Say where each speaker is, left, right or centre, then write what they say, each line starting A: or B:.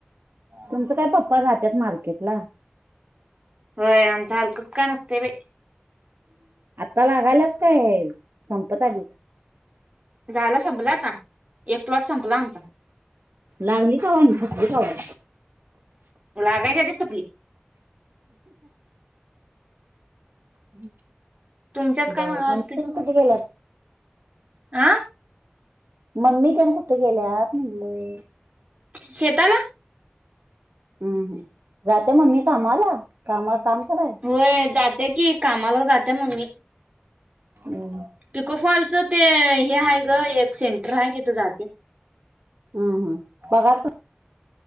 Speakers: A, on the right; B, on the right.
A: तुमच काय पप्पा जात त्याच मार्केट ला
B: होय आमचा हलकं काय नसतय बाई
A: ता लागालाच काय आहे संपत आली
B: झालं संपलं आत्ता एक क्लॉट संपला आमचा
A: लागली कवा आणि संपली कवा
B: लागायच्या आधी संपली
A: हम्
B: तुमच्यात काय
A: बरं
B: मागं असते
A: कुठे गेलं
B: आं
A: मम्मी तेन कुठे गेल्यात म्हटलेय
B: शेताला
A: हम्म जाते मम्मी कामाला कामाव काम कराय
B: होय जात्या की कामाला जात्या ममी
A: हम
B: पिको फॉलच ते हे आहे ग एक सेंटर आहे तिथे जाते
A: हम्म हम्म बघा